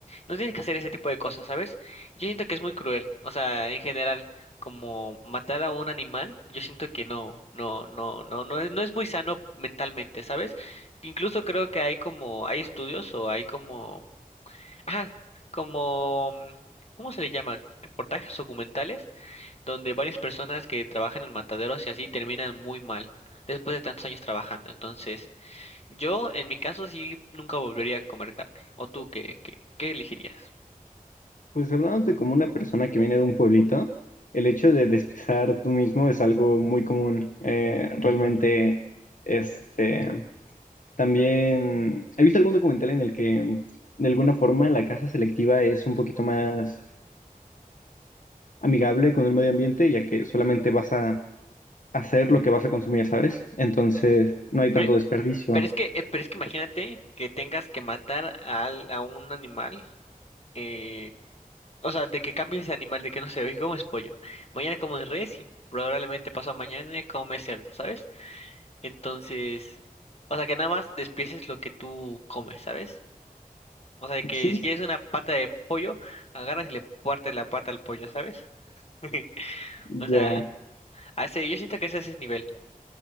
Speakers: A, on the left; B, on the left.
A: No tienes que hacer ese tipo de cosas, ¿sabes? Yo siento que es muy cruel. O sea, en general, como matar a un animal, yo siento que no, no, no, no, no es, no es muy sano mentalmente, ¿sabes? Incluso creo que hay como, hay estudios o hay como, ajá, como, mm, ¿cómo se le llaman? Reportajes documentales donde varias personas que trabajan en mataderos y así terminan muy mal después de tantos años trabajando. Entonces, yo en mi caso sí nunca volvería a comer carne. ¿O tú qué, qué, qué elegirías?
B: Pues hablándote como una persona que viene de un pueblito, el hecho de despiezar tú mismo es algo muy común. Eh, realmente, este, también he visto algún documental en el que de alguna forma la caza selectiva es un poquito más... amigable con el medio ambiente, ya que solamente vas a hacer lo que vas a consumir, ¿sabes? Entonces, no hay
A: Pero,
B: tanto desperdicio.
A: pero es que, eh, pero es que imagínate que tengas que matar al- a, un animal, eh, o sea, de que cambies de animal, de que no sé, hoy comes pollo, mañana comes res y probablemente pasado mañana comes cerdo, ¿sabes? Entonces, o sea, que nada más despieces lo que tú comes, ¿sabes? O sea, que
B: Sí,
A: si quieres una pata de pollo, agarras y le partes la pata al pollo, ¿sabes? <laughs>
B: ya.
A: O sea, a ese yo siento que es a ese nivel.